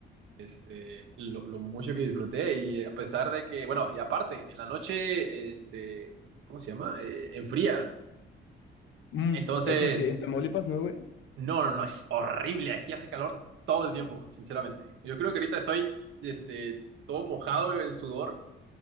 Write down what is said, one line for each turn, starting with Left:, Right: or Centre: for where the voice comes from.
Right: este, lo, lo mucho que disfruté y eh, a pesar de que, bueno, y aparte, en la noche, este, ¿cómo se llama? Eh, enfría.
Left: Mm,
Right: Entonces,
Left: Eso sí, en Tamaulipas no, güey.
Right: no, no, no, es horrible. Aquí hace calor todo el tiempo, sinceramente. Yo creo que ahorita estoy, este, todo mojado en sudor,